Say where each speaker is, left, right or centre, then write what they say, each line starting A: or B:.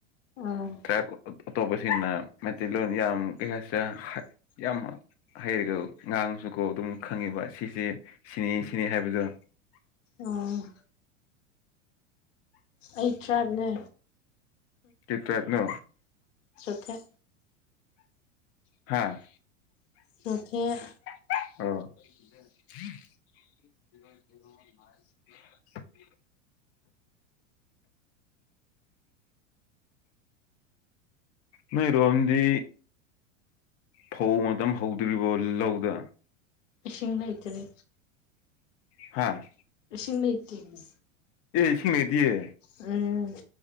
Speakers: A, on the left; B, on the left.
A: ꯑꯥ
B: ꯇ꯭ꯔꯥꯏꯞ ꯑ ꯑ ꯑꯇꯣꯞꯄꯁꯤꯡꯅ ꯃꯩꯇꯩꯂꯣꯟ ꯌꯥꯝ ꯀꯩ ꯍꯥꯏꯁꯤꯔꯥ ꯍꯥ ꯌꯥꯝ ꯍꯩꯔꯒ ꯉꯥꯡꯉꯁꯨꯀꯣ ꯑꯗꯨꯝ ꯈꯪꯉꯦꯕ ꯁꯤꯁꯦ ꯁꯤꯅꯤ ꯁꯤꯅꯤ ꯍꯥꯏꯕꯗꯣ
A: ꯑꯣ ꯑꯩ ꯇ꯭ꯔꯥꯏꯞꯅꯦ
B: ꯀꯩ ꯇꯔ꯭ꯥꯏꯞꯅꯣ
A: ꯆꯣꯊꯦ
B: ꯍꯥꯥ
A: ꯆꯣꯊꯦ
B: ꯑꯣ ꯅꯣꯏꯔꯣꯝꯗꯤ ꯐꯧ <unintelligible> ꯍꯧꯗꯔ꯭ꯤꯕꯣ ꯂꯧꯗ
A: ꯏꯁꯤꯡ ꯂꯩꯇꯔꯤ
B: ꯍꯥꯥ
A: ꯏꯁꯤꯡ ꯂꯩꯇꯦꯃꯤ
B: ꯑꯦ ꯏꯁꯤꯡ ꯂꯩꯇꯤꯌꯦ
A: ꯎꯝ